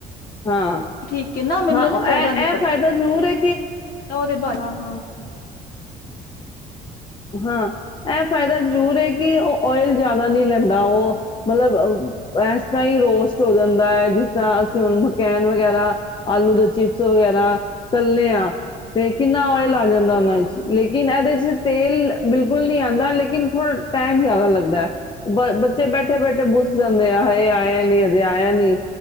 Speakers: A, on the left; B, on the left.
A: ਹਾਂ।
B: ਠੀਕ ਹੈ ਨਾ ਮੈਨੂੰ
A: ਹਾਂ,
B: ਨਾ ਜ਼ਿਆਦਾ
A: ਇਹ
B: ਨੀ
A: ਇਹ
B: ਪਤਾ
A: ਫਾਇਦਾ ਜ਼ਰੂਰ ਏ।
B: ਉਹਦੇ ਬਾ ਹਾਂ ਹਾਂ
A: ਹਾਂ, ਇਹ ਫਾਇਦਾ ਇਹ ਜ਼ਰੂਰ ਹੈ ਕਿ ਉਹ ਓਇਲ ਜਿਆਦਾ ਨੀ ਲੈਂਦਾ ਉਹ। ਮਤਲਬ ਇਸ ਤਰ੍ਹਾਂ ਹੀ ਰੋਸਟ ਹੋ ਜਾਂਦਾ ਹੈ। ਜਿਸ ਤਰ੍ਹਾਂ ਅਸੀਂ ਮਕੈਨ ਵਗੈਰਾ, ਆਲੂ ਦੇ ਚਿਪਸ ਵਗੈਰਾ, ਤਲਨੇ ਆ ਤੇ ਕਿੰਨਾ ਓਇਲ ਆ ਜਾਂਦਾ ਉਹਨਾਂ ਵਿੱਚ ਲੇਕਿਨ ਇਹਦੇ ਚ ਤੇਲ ਬਿਲਕੁਲ ਨੀ ਆਉਂਦਾ। ਲੇਕਿਨ ਥੋੜਾ ਟਾਈਮ ਜ਼ਿਆਦਾ ਲੱਗਦਾ। ਬ ਬੱਚੇ ਬੈਠੇ ਬੈਠੇ ਬੁੱਸ ਜਾਂਦੇ ਆ। ਹਾਏ ਆਇਆ
B: ਅੱਛਾ
A: ਨੀ, ਅਜੇ ਆਇਆ ਨੀ।